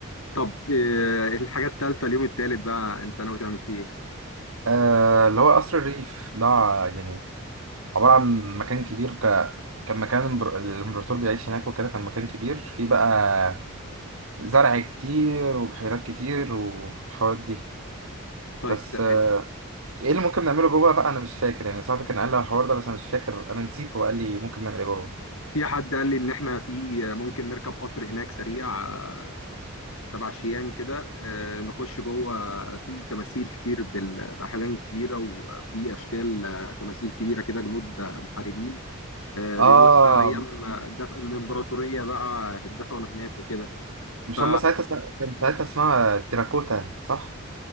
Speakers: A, on the left; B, on the right.
A: طب آه، الحاجة التالتة اليوم التالت بقى انت ناوي تعمل فيه ايه
B: آه اللي هو قصر الريف ده يعني عباره عن مكان كبير ك كان مكان الامبر- الامبراطور بيعيش هناك وكده كان مكان كبير فيه بقى زرع كتير وبحيرات كتير والحوارات دي
A: طيب
B: بس
A: ت-
B: آه، ايه اللي ممكن نعمله جوه بقى انا مش فاكر يعني صاحبي كان قال لي على الحوار ده بس انا مش فاكر انا نسيت هو قال لي ممكن نعمل ايه جوه
A: في حد قال لي ان احنا في ممكن نركب قطر هناك سريع آه، تبع شيان كده آه، نخش جوه آه، في تماثيل كتير بال- بأحجام كبيرة وفي أشكال آه، تماثيل كبيرة كده جنود آه، محاربين آه،
B: اه
A: بيقول لك بقى أيام آه، الدف- الإمبراطورية بقى اتدفنوا هناك وكده
B: مش
A: ف
B: هم ساعتها اسم- كان ساعتها اسمها تيراكوتا صح